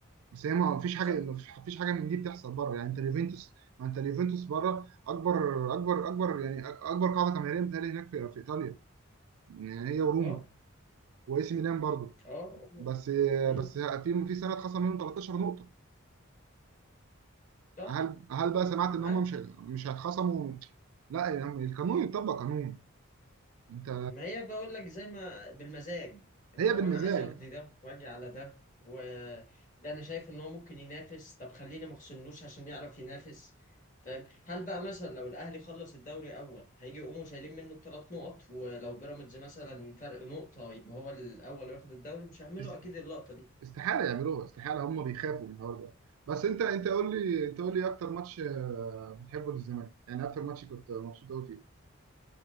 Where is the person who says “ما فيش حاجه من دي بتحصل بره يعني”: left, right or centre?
Right